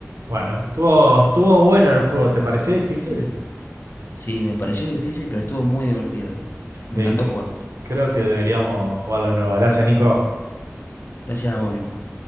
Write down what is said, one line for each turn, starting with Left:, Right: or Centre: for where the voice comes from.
Right: Bueno, estuvo, estuvo bueno el juego, ¿te pareció difícil?
Left: Sí, me pareció difícil, pero estuvo muy divertido. Me
Right: Sí,
Left: encantó
Right: c-
Left: jugar.
Right: creo que deberíamos jugarlo de nuevo. Gracias, Nico.
Left: Gracias a vos, Nico.